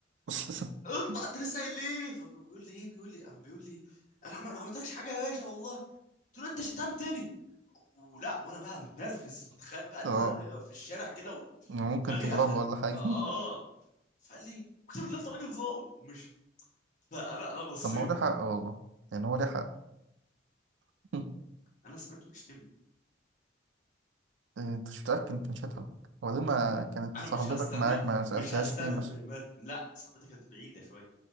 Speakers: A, on the right; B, on the left.
A: <laughs>
B: انت انت لسه قايل لي ايه فبيقول لي ايه بيقول لي قام بيقول لي انا ما ما عملتلكش حاجه يا باشا والله قلت له انت شتمتني تاني، ولا وانا بقى متنرفز تخيل
A: <laughs>
B: بقى ان
A: آه
B: انا في الشارع كده ودماغي
A: ممكن تضربه
B: قفلت
A: ولا حاجة
B: اه فقال لي اكتب بالله انت راجل ظالم ومشي فانا انا
A: <laughs>
B: بصيت
A: طب ما هو ليه حق والله يعني هو ليه حق <laughs>
B: انا سمعته بيشتمني
A: انت مش متأكد انت مش هتفهم هو ليه ما
B: ايوه
A: كانت
B: انا
A: صاحبتك
B: مش هستنى
A: معاك ما سألتهاش
B: مش هستنى
A: ليه مثلا
B: م... ما... لا صاحبتك كانت بعيده شويه